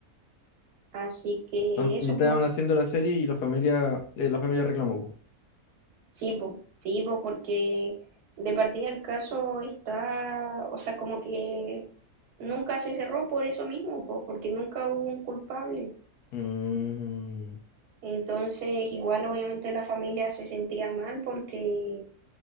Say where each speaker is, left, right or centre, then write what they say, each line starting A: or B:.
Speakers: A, on the right; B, on the left.
A: Así que
B: Am-
A: eso,
B: Y estaban
A: pues,
B: haciendo la serie y la familia, eh, la familia reclamó,
A: Sí, po, sí, po, porque de partida el caso está, o sea, como que nunca se cerró por eso mismo, po, porque nunca hubo un culpable.
B: po. Mm,
A: Entonces, igual obviamente la familia se sentía mal porque,